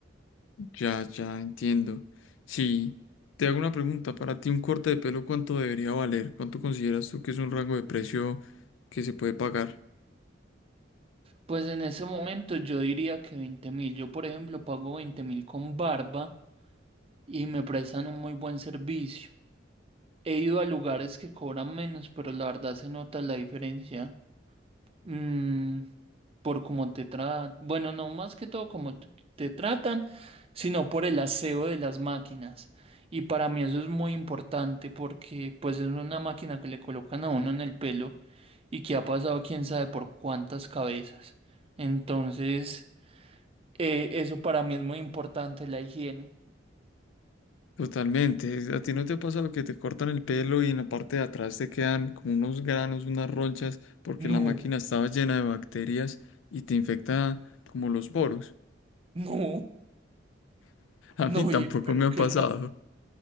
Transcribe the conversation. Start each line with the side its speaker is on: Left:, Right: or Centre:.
Left: Ya, ya entiendo. Si te hago una pregunta, para ti un corte de pelo, ¿cuánto debería valer? ¿Cuánto consideras tú que es un rango de precio que se puede pagar?
Right: Pues en ese momento yo diría que veinte mil. Yo, por ejemplo, pago veinte mil con barba y me prestan un muy buen servicio. He ido a lugares que cobran menos, pero la verdad se nota la diferencia. Mm, por cómo te tratan, bueno, no más que todo cómo t- te tratan, sino por el aseo de las máquinas. Y para mí eso es muy importante porque pues es una máquina que le colocan a uno en el pelo y que ha pasado quién sabe por cuántas cabezas. Entonces, eh, eso para mí es muy importante, la higiene.
Left: Totalmente. ¿A ti no te ha pasado que te cortan el pelo y en la parte de atrás te quedan como unos granos, unas ronchas, porque
Right: No,
Left: la máquina estaba llena de bacterias y te infecta como los poros?
Right: no,
Left: <laughs> A
Right: no,
Left: mí tampoco
Right: y espero
Left: me ha
Right: que
Left: pasado.
Right: no.